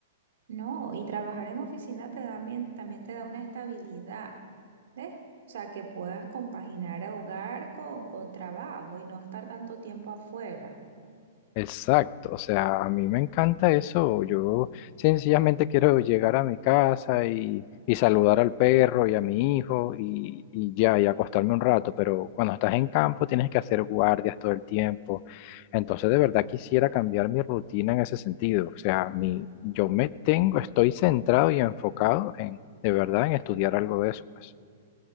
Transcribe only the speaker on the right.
No, y trabajar en oficina te da bien- también te da una estabilidad, ¿ves? O sea, que puedas compaginar hogar con, con trabajo y no estar tanto tiempo afuera.